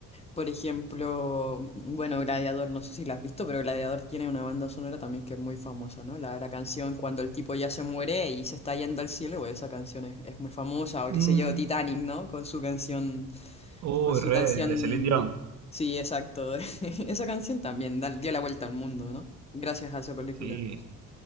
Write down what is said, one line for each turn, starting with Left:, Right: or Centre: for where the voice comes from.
Left: Por ejemplo, bueno, Gladiador, no sé si la has visto, pero Gladiador tiene una banda sonora también que es muy famosa, ¿no? La, la canción cuando el tipo ya se muere y se está yendo al cielo, pues, esa canción es, es muy famosa, o
Right: Mm.
Left: qué sé yo, Titanic, ¿no? Con su canción
Right: Uy,
Left: Con su
Right: re,
Left: canción,
Right: de Celine Dion.
Left: sí, exacto. <laughs> Esa canción también da- dio la vuelta al mundo, ¿no? Gracias a esa película.
Right: Sí,